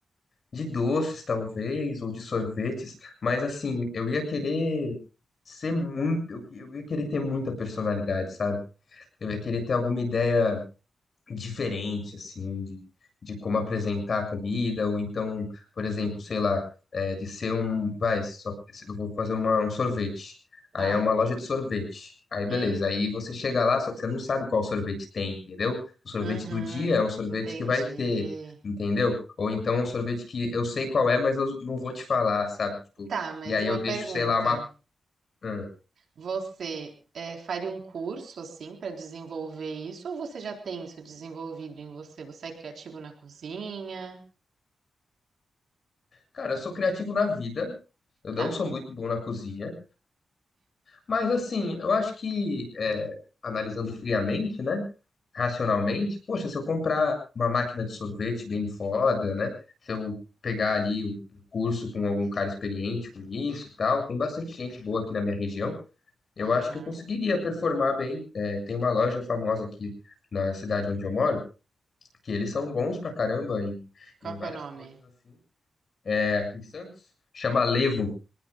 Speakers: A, on the left (about 60°); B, on the right (about 70°).
A: de doces talvez, ou de sorvetes, mas assim, eu ia
B: Hum.
A: querer ser muito, eu, eu ia querer ter muita personalidade, sabe? Eu ia querer ter alguma ideia diferente, assim, de, de como apresentar a comida, ou então, por exemplo, sei lá, é, de ser um. Vai, só, eu vou fazer uma, um sorvete.
B: Tá.
A: Aí é uma loja de sorvete. Aí beleza,
B: Hum.
A: aí você chega lá, só que você não sabe qual sorvete tem, entendeu? O sorvete
B: Uhum.
A: do dia é um sorvete
B: Entendi.
A: que vai ter, entendeu? Ou então um sorvete que eu sei qual é, mas eu não vou te falar, sabe? Tipo,
B: Tá, mas
A: e aí
B: uma
A: eu
B: pergunta.
A: deixo, sei lá, uma. hum.
B: Você é, faria um curso, assim, para desenvolver isso? Ou você já tem isso desenvolvido em você? Você é criativo na cozinha?
A: Cara, eu sou criativo na vida, eu não
B: Tá.
A: sou muito bom na cozinha. Mas assim, eu acho que, é, analisando friamente, né? Racionalmente, poxa, se eu comprar uma máquina de sorvete bem foda, né? Se eu pegar ali um um curso com algum cara experiente com isso e tal, tem bastante gente boa aqui na minha região. Eu
B: Uhum.
A: acho que eu conseguiria performar bem. É, tem uma loja famosa aqui na cidade onde eu moro, que eles são bons pra caramba em,
B: Qual
A: em várias
B: que é o nome?
A: coisas assim. É, aqui em Santos, chama Levo,